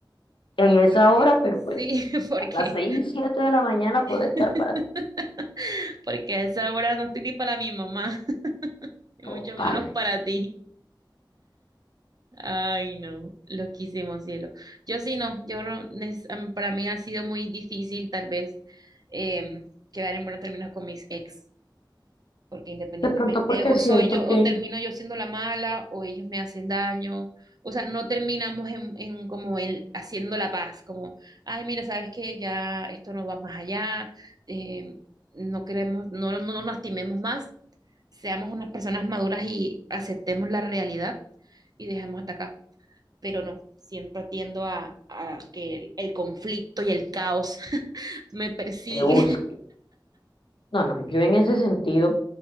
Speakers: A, on the left (about 85°); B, on the right (about 50°).
A: en esa
B: Porque,
A: hora, pero
B: sí,
A: pues
B: <laughs> porque,
A: a las 6 7 de la mañana puedo
B: <laughs>
A: estar para ti.
B: porque a esa hora no estoy ni para mi mamá, <laughs> y
A: Total.
B: mucho menos para ti. Ay, no, loquísimo cielo. Yo sí no, yo no, nes- am- para mí ha sido muy difícil tal vez em, quedar en buenos términos con mis ex, porque independientemente
A: De pronto porque
B: o
A: siento
B: soy yo
A: que
B: o termino yo siendo la mala o ellos me hacen daño, o sea, no terminamos en, en como en haciendo la paz, como, ay, mira, sabes que ya esto no va más allá, em, no queremos, no, no, no nos lastimemos más, seamos unas personas maduras y aceptemos la realidad y dejemos hasta acá pero no, siempre tiendo a, a que el, el conflicto y el caos <laughs> me persigue.
A: te busco. No, no, yo en ese sentido,